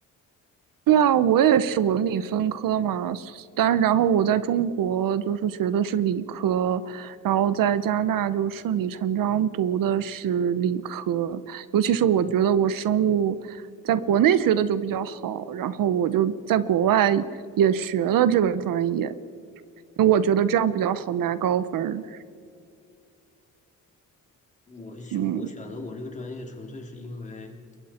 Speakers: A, on the right; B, on the left.
A: 对啊，我也是文理分科嘛，所但然后我在中国就是学的是理科，然后在加拿大就顺理成章读的是理科，尤其是我觉得我生物在国内学的就比较好，然后我就在国外也学了这个专业，因为我觉得这样比较好拿高分儿，
B: 我选我选择我这个专业，
A: 嗯，
B: 纯粹是因为